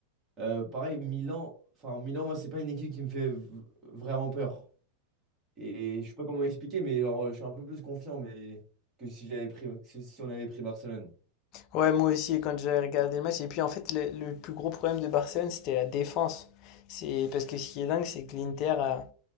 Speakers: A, on the right (about 25°); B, on the left (about 40°).
A: euh, pareil, Milan. Enfin, Milan, moi, c'est pas une équipe qui me fait v- vraiment peur. Et je sais pas comment expliquer, mais genre, euh, je suis un peu plus confiant mais... que si j'avais pris... que si on avait pris Barcelone.
B: Ouais, moi aussi, quand j'avais regardé le match. Et puis en fait, le, le plus gros problème de Barcelone, c'était la défense. C'est parce que ce qui est dingue, c'est que l'Inter a,